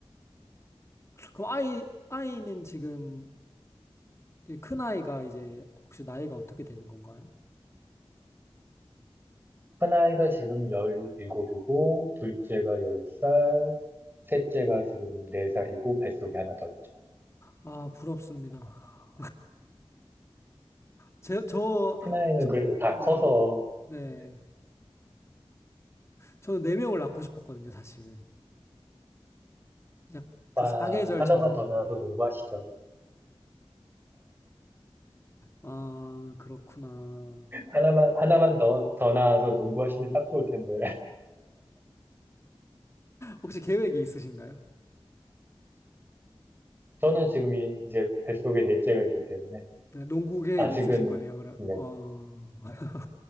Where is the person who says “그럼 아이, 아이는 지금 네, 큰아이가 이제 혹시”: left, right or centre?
Left